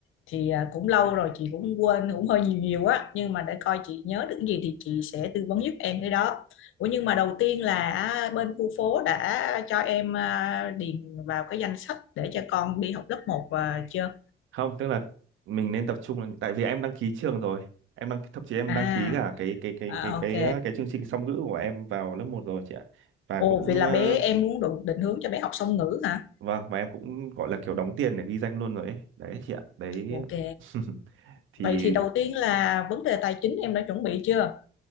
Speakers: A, on the left; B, on the right.
A: thì à, cũng lâu rồi chị cũng quên cũng hơi nhiều nhiều á nhưng mà để coi chị nhớ được cái gì thì chị sẽ tư vấn giúp em cái đó. Ủa nhưng mà đầu tiên là à, bên khu phố đã cho em à, điền vào cái danh sách để cho con đi học lớp một và chưa?
B: Không, tức là mình nên tập trung là- tại vì em đăng ký trường rồi. Em đăng thậm chí em
A: À,
B: đăng ký cả cái cái cái
A: à
B: cái cái
A: ok.
B: cái, cái chương trình song ngữ của em vào lớp một rồi chị ạ. Và
A: Ồ
B: cũng
A: vậy là
B: ờ,
A: bé em muốn định, định hướng cho bé học song ngữ hả?
B: vâng và em cũng gọi là kiểu đóng tiền để ghi danh luôn rồi ấy. Đấy chị ạ. Đấy
A: Ok.
B: <laughs> thì
A: Vậy thì đầu tiên là vấn đề tài chính em đã chuẩn bị chưa?